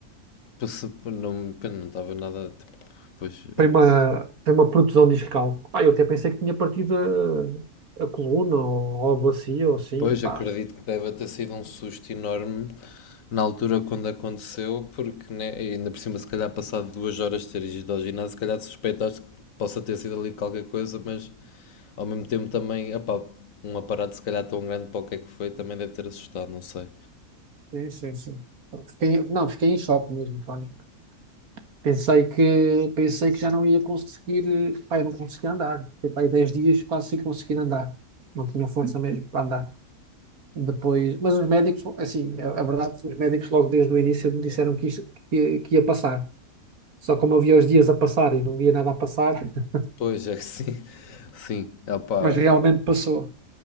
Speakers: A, on the left; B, on the right.
A: posso, não, pena, não estava nada, tipo, pois,
B: Foi uma, foi uma protusão discal. Pá, eu até pensei que tinha partido a, a coluna ou, ou a bacia ou assim,
A: Pois,
B: pá.
A: acredito que deve ter sido um susto enorme na altura quando aconteceu, porque né, e ainda por cima, se calhar, passado duas horas de ter ido ao ginásio, se calhar suspeitaste que possa ter sido ali qualquer coisa, mas ao mesmo tempo também, epá, um aparato se calhar tão grande para o que é que foi também deve ter assustado, não sei.
B: Sim, sim, sim. Fiquei, não, fiquei em choque mesmo, Fónico. Pensei que, pensei que já não ia conseguir, eh, pá, eu não conseguia andar. Fiquei para aí 10 dias quase sem conseguir andar. Não tinha força mesmo para andar. Depois, mas os médicos, assim, a, a verdade, os médicos logo desde o início me disseram que, isto, que, que ia passar. Só como eu via os dias a passar e não via nada a passar, <laughs>
A: Pois, é que sim, <laughs> sim, epá.
B: mas realmente passou.